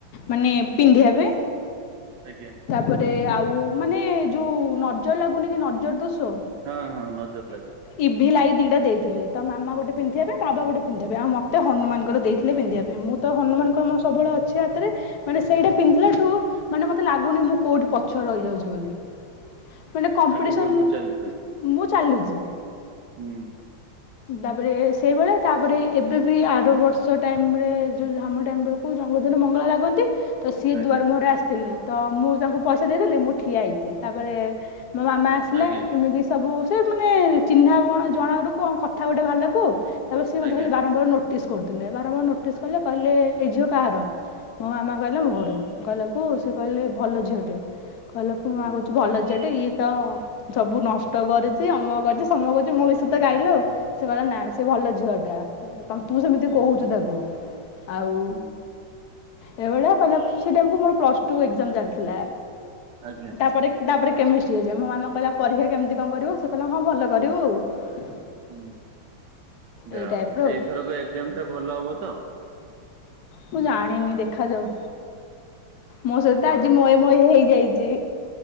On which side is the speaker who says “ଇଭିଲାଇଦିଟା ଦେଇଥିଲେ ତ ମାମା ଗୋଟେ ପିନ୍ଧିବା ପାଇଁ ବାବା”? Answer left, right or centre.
Left